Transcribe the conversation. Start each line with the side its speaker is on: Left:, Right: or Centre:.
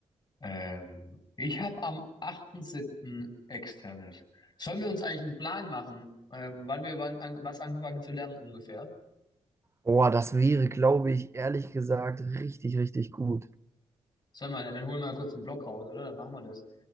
Left: Ähm, ich habe am achten siebten externes. Sollen wir uns eigentlich einen Plan machen, ähm, wann wir wann an, was angefangen zu lernen ungefähr?
Right: Boah, das wäre, glaube ich, ehrlich gesagt, richtig, richtig gut.
Left: Sollen wir, dann holen wir mal kurz einen Block raus, oder? Dann machen wir das.